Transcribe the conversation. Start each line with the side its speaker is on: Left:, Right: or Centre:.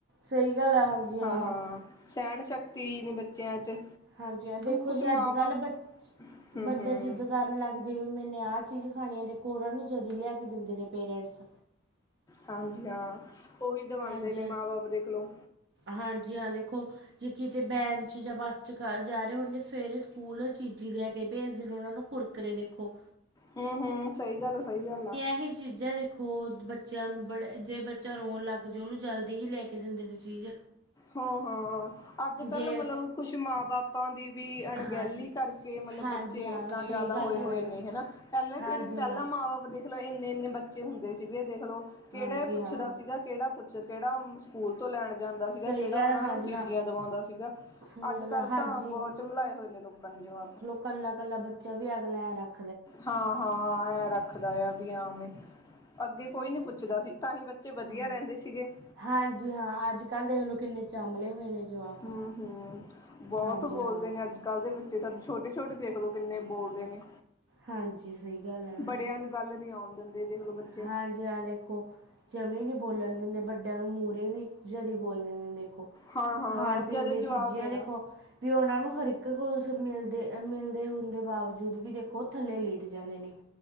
Right: ਸਹੀ ਗੱਲ ਆ ਹਾਂਜੀ ਹਾਂ
Left: ਹਾਂ-ਹਾਂ। ਸਹਿਣ ਸ਼ਕਤੀ ਨੀ ਬੱਚਿਆਂ ਚ
Right: ਹਾਂਜੀ ਹਾਂ ਦੇਖੋ
Left: ਕੁਛ
Right: ਜੀ
Left: ਮਾਂ
Right: ਅੱਜ ਕੱਲ
Left: ਬਾਪ
Right: ਬ
Left: ਹੂੰ-ਹੂੰ
Right: ਬੱਚਾ ਜਿੱਦ ਕਾਰਨ ਲੈ ਕੇ। ਜਿਵੇਂ ਮੈਂ ਨ ਆਹ ਚੀਜ਼ ਖਾਣੀ ਆ ਦੇਖੋ ਉਹਨਾਂ ਨੂੰ ਜਦੀ ਲਿਆ ਕੇ ਦਿੰਦੇ ਨੇ ਪੇਰੈਂਟਸ।
Left: ਹਾਂਜੀ ਹਾਂ, ਉਹੀ ਦਵਾਂਦੇ
Right: ਹਾਂਜੀ
Left: ਨੇ
Right: ਹਾਂ
Left: ਮਾਂ-ਬਾਪ ਦੇਖਲੋ।
Right: ਹਾਂਜੀ ਹਾਂ ਦੇਖੋ ਜੇ ਕਿਤੇ ਬੈਂਚ ਜਾਂ ਬੱਸ ਜਾ ਰਹੇ ਹੋਣਗੇ। ਸਵੇਰੇ ਸਕੂਲ ਚੀਜੀ ਲੈ ਕੇ ਭੇਜਦੇ ਨੇ ਉਹਨਾਂ ਨੂੰ। ਕੁਰਕਰੇ ਦੇਖੋ।
Left: ਹੂੰ ਹੂੰ ਸਹੀ ਗੱਲ ਆ ਸਹੀ ਗੱਲ ਆ।
Right: ਇਹੀ ਚੀਜ਼ਾਂ ਦੇਖੋ ਹੋਰ ਬੱਚਿਆਂ ਨੂੰ, ਬੜੇ ਜੇ ਬੱਚਾ ਰੋਣ ਲੱਗ ਜਾਏ, ਉਹਨੂੰ ਜਲਦੀ ਹੀ ਲੈ ਕੇ ਦਿੰਦੇ ਨੇ ਚੀਜ਼।
Left: ਹਾਂ ਹਾਂ ਅੱਜ
Right: ਜੇ
Left: ਕੱਲ ਮਤਲਬ ਕੁਛ ਮਾਂ ਬਾਪਾਂ ਦੀ ਵੀ ਅਣਗਹਿਲੀ
Right: ਹਾਂਜੀ
Left: ਕਰਕੇ ਮਤਲਬ
Right: ਹਾਂਜੀ
Left: ਬੱਚੇ
Right: ਹਾਂ
Left: ਇਦਾਂ ਜ਼ਿਆਦਾ
Right: ਸਹੀ ਗੱਲ
Left: ਹੋਏ
Right: ਹੈ
Left: ਹੋਏ
Right: ਮੈਡਮ
Left: ਨੇ ਹਨਾ। ਪਹਿਲਾਂ
Right: ਹਾਂਜੀ
Left: ਕਿਹੜੇ ਪਹਿਲਾਂ
Right: ਹਾਂ
Left: ਮਾਂ ਬਾਪ ਦੇਖ ਦੇਖਲਓ ਇੰਨੇ ਇੰਨੇ ਬੱਚੇ ਹੁੰਦੇ ਸੀਗੇ ਦੇਖਲੋ ਕਿਹੜਾ
Right: ਹਾਂਜੀ
Left: ਪੁੱਛਦਾ
Right: ਹਾਂ
Left: ਸੀਗਾ। ਕਿਹੜਾ ਕੁਛ ਕਿਹੜਾ ਸਕੂਲ ਤੋਂ ਲੈਣ ਜਾਂਦਾ।
Right: ਸਹੀ
Left: ਸੀਗਾ ਕਿਹੜਾ
Right: ਗੱਲ
Left: ਉਹਨਾ
Right: ਹਾਂਜੀ
Left: ਨੂੰ ਚੀਜ਼ੀਆਂ
Right: ਹਾਂ
Left: ਦਿਵਾਉਂਦਾ ਸੀਗਾ,
Right: ਸਹੀ
Left: ਅੱਜਕੱਲ੍ਹ
Right: ਗੱਲ ਹੈ ਹਾਂਜੀ
Left: ਤਾਂ ਬਹੁਤ ਚਮਲਾਏ ਹੋਏ ਨੇ ਲੋਕਾਂ ਨੇ ਜਵਾਕ।
Right: ਕੱਲਾ ਕੱਲਾ ਬੱਚਾ ਵੀ ਅਗ <unintelligible>
Left: ਹਾਂ-ਹਾਂ ਐ ਰੱਖਦਾ ਆ। ਵੀ ਹਵੇ ਅੱਗੇ ਕੋਈ ਨੀ ਪੁੱਛਦਾ ਸੀ, ਤਾਂਹੀ ਬੱਚੇ ਵਧੀਆ
Right: ਹਾਂਜੀ
Left: ਰਹਿੰਦੇ ਸੀਗੇ
Right: ਹਾਂਜੀ ਹਾਂ ਅੱਜ ਕੱਲ੍ਹ ਦੇਖਲ ਕਿੰਨੇ ਚਮਲੇ ਹੋਏ ਨੇ। ਜਵਾਕ
Left: ਹਾਂ ਹਾਂ ਬਹੁਤ
Right: ਹਾਂਜੀ
Left: ਬੋਲਦੇ
Right: ਹਾਂ
Left: ਨੇ ਅੱਜ। ਅੱਜਕੱਲ੍ਹ ਦੇ ਬੱਚੇ ਤਾਂ ਛੋਟੇ-ਛੋਟੇ ਦੇਖ ਲੋ ਕਿੰਨੇ ਬੋਲਦੇ ਨੇ।
Right: ਹਾਂਜੀ ਸਹੀ ਗੱਲ ਏ ਮੈਡਮ।
Left: ਬੜਿਆਂ ਨੂੰ ਗੱਲ ਨੀ ਆਉਣ ਦਿੰਦੇ ਦੇਖਲੋ ਬੱਚ
Right: ਹਾਂਜੀ ਹਾਂ ਦੇਖੋ ਜਵੇਂ ਨਹੀ ਬੋਲਣ ਦਿੰਦੇ ਵੱਡੇ ਡਿਆਂ ਨੂੰ ਮੂਹਰੇ ਵੀ ਜਲੀ ਬੋਲਦੇ ਨੇ ਦੇਖੋ
Left: ਹਾਂ ਹਾਂ
Right: ਖਾਣ
Left: ਜਦੇ
Right: ਪੀਣ ਦੀਆਂ
Left: ਜਵਾਬ
Right: ਚੀਜ਼ਾਂ
Left: ਦੇਣਾ
Right: ਦੇਖੋ ਵੀ ਉਹਨਾਂ ਨੂੰ ਹਰਿਕ ਕੁਛ ਮਿਲਦੇ ਅ ਮਿਲਦੇ ਹੁੰਦੇ ਬਾਵਜੂਦ ਵੀ ਦੇਖੋ ਓਹ ਥੱਲੇ ਲਿਟ ਜਾਂਦੇ ਨੇ।